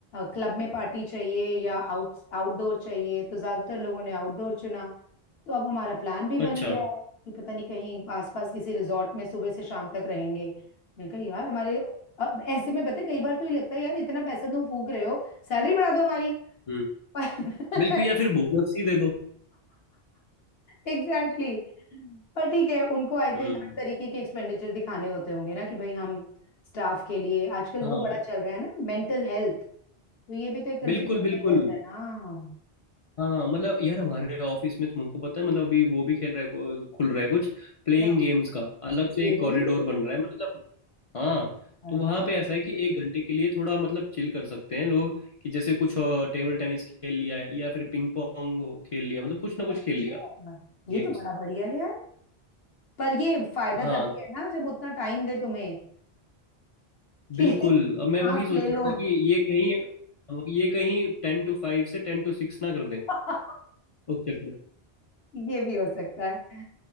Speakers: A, on the left (about 70°); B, on the left (about 45°).
A: क्लब में पार्टी चाहिए या आउट आउटडोर चाहिए तो ज्यादातर लोगों ने आउटडोर चुना तो अब हमारा प्लान भी बन
B: अच्छा
A: गया है कि पता नहीं कहीं आसपास किसी रिजॉर्ट में सुबह से शाम तक रहेंगे मैं कहा यार हमारे अब ऐसे में पता है कई बार तो ये लगता है यार इतना पैसा तुम फूक रहे हो सैलरी बढ़ा दो हमारी
B: हम्म
A: पर
B: बिल्कुल या
A: <laughs>
B: फिर भूख लस्सी दे दो
A: एग्जैक्टली exactly. पर ठीक है उनको आई
B: हम्म
A: थिंक हर तरीके के एक्सपेंडिचर दिखाने होते होंगे ना कि भाई हम स्टाफ के लिए आजकल
B: हाँ
A: वो बड़ा चल रहा है ना मेंटल हेल्थ तो ये भी तो एक तरह
B: बिल्कुल
A: से मेंटल
B: बिल्कुल
A: हेल्थ है ना
B: हाँ हाँ, मतलब यार हमारे ऑफिस में तुमको पता है मतलब अभी वो भी खेल रहा है खुल रहा है कुछ प्लेइंग
A: या
B: गेम्स का अलग से
A: रियली
B: एक कॉरिडोर बन रहा है मतलब हाँ
A: अरे
B: तो वहाँ
A: वाह
B: पे ऐसा है कि एक घंटे के लिए थोड़ा मतलब चिल कर सकते हैं लोग कि जैसे कुछ टेबल टेनिस खेल लिया है या फिर पिंग पोंग खेल लिया मतलब कुछ ना कुछ
A: अच्छा
B: खेल लिया
A: ये
B: गेम्स
A: तो बड़ा बढ़िया है यार पर ये फायदा
B: हाँ
A: तभी है ना जब उतना टाइम दे तुम्हें कि
B: बिल्कुल
A: <laughs>
B: अब मैं
A: सांस
B: वही सोच
A: ले
B: रहा
A: लो
B: था कि ये कहीं ये कहीं टेन टू फाइव से टेन टू सिक्स ना कर दें
A: <laughs>
B: उस चक्कर में।
A: ये भी हो सकता है